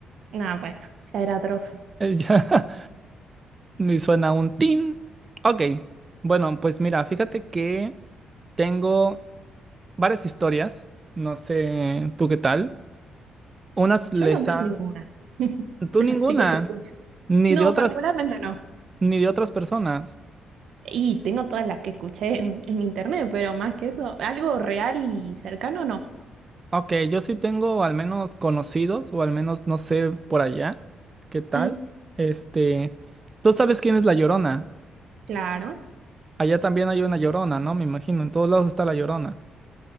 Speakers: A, on the right; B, on the right.
A: No, bueno, ya era atroz.
B: Eh, Ya, <laughs> me suena un tin. Ok, bueno, pues mira, fíjate que tengo varias historias. No sé, ¿tú qué tal? Unas les
A: Yo no tengo
B: han...
A: ninguna. <laughs>
B: Tú ninguna,
A: Así que te escucho.
B: ni
A: No,
B: de otras,
A: particularmente no.
B: ni de otras personas.
A: Y tengo todas las que escuché en, en internet, pero más que eso, algo real y cercano, no.
B: Ok, yo sí tengo al menos conocidos, o al menos no sé por allá, qué tal.
A: Mm,
B: Este, tú sabes quién es la Llorona.
A: claro.
B: Allá también hay una Llorona, ¿no? Me imagino, en todos lados está la Llorona.